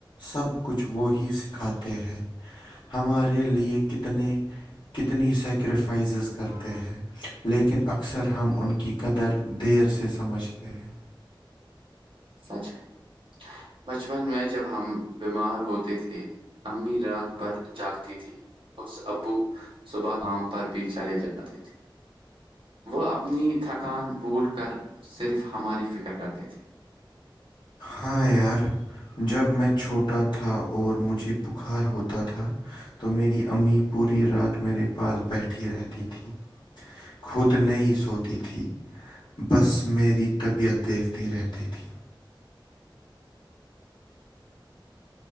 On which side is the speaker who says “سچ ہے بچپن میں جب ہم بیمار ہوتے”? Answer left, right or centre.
Right